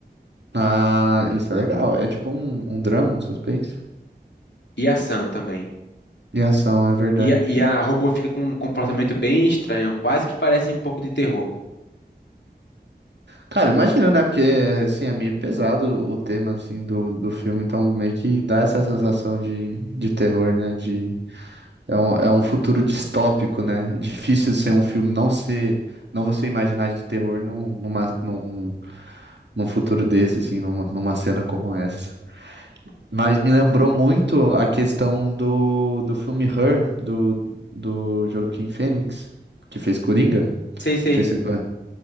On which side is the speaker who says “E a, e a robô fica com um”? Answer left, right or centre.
Left